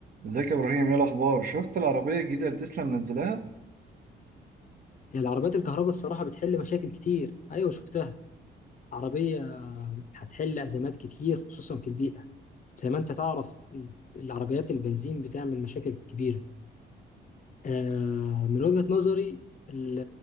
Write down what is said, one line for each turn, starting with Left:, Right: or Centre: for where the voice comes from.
Right: ازيك يا ابراهيم ايه الاخبار شفت العربيه الجديده اللي تسلا منزلاها
Left: هي العربيات الكهرباء الصراحة بتحل مشاكل كتير أيوة شفتها عربية هتحل أزمات كتير خصوصا في البيئة زي ما أنت تعرف ال- العربيات البنزين بتعمل مشاكل كبيرة آه، من وجهة نظري ال-